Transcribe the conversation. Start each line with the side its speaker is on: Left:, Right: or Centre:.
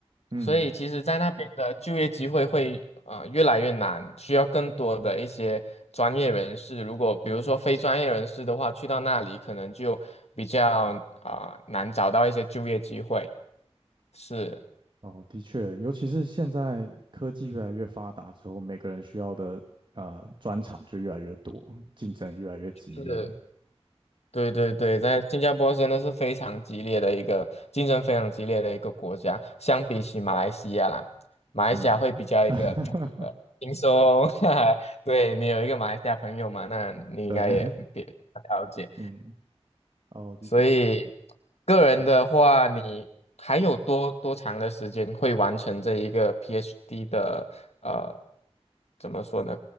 Right: 嗯。
Left: 所以其实在那边的就业机会会呃越来越难，需要更多的一些专业人士。如果比如说非专业人士的话，去到那里可能就比较啊、难找到一些就业机会。是。
Right: 哦，的确，尤其是现在科技越来越发达之后，每个人需要的呃专长就越来越多，竞争也越来越激烈。
Left: 是，对对对，在新加坡真的是非常激烈的一个竞争，非常激烈的一个国家。相比起马来西亚啦，马来西亚会比较一个呃轻松。
Right: 嗯，<laughs>
Left: <laughs> 对你有一个马来西亚朋友嘛，那你应该也比较了解。
Right: 对，嗯，哦，的
Left: 所以个人的话，
Right: 对，
Left: 你还有多多长的时间会完成这一个 PhD 的呃怎么说呢